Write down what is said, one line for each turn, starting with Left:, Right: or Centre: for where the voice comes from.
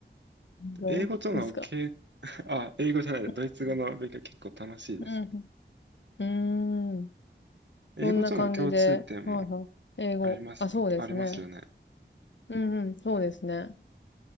Left: どうですか
Right: 英語とのけ、<laughs> あ、英語じゃない、ドイツ語の勉強結構楽しいですね。
Left: うんうん。うーん。
Right: 英語との共通点も
Left: そんな感じで、はいはい。英語。
Right: あります、
Left: あ、そうですね。
Right: ありますよね。
Left: うんうん、そうですね。